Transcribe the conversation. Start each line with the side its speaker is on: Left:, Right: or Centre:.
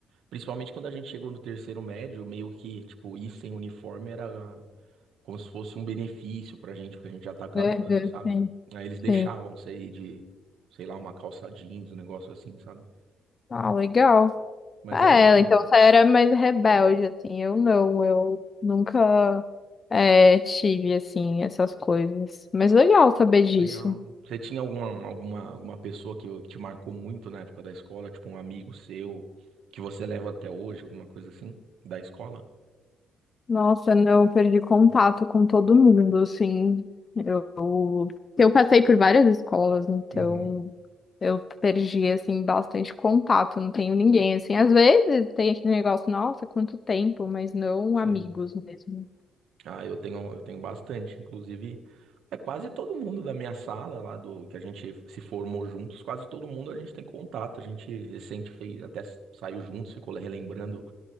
Right: Principalmente quando a gente chegou no terceiro médio, meio que, tipo, ir sem uniforme era como se fosse um benefício pra gente, porque a gente já tá acabando,
Left: É, é,
Right: sabe?
Left: sim,
Right: Aí eles deixavam
Left: sim.
Right: você ir de, sei lá, uma calça jeans, um negócio assim, sabe?
Left: Ah, legal.
Right: Mas
Left: É,
Right: é legal.
Left: então você era mais rebelde, assim. Eu não, eu nunca é, tive, assim, essas coisas. Mas legal saber disso.
Right: Legal. Você tinha alguma, alguma, alguma pessoa que, que te marcou muito na época da escola, tipo um amigo seu, que você leva até hoje, alguma coisa assim, da escola?
Left: Nossa, não, eu perdi contato
Right: Não.
Left: com todo mundo, assim. Eu, eu passei por várias escolas, então
Right: Uhum,
Left: eu perdi, assim, bastante contato. Não tenho ninguém, assim. Às vezes tem aquele negócio, nossa, quanto tempo, mas não
Right: sim.
Left: amigos mesmo.
Right: Ah, eu tenho, eu tenho bastante. Inclusive, é quase todo mundo da minha sala lá do que a gente se formou juntos, quase todo mundo a gente tem contato. A gente recente fez, até s- saiu juntos, ficou relembrando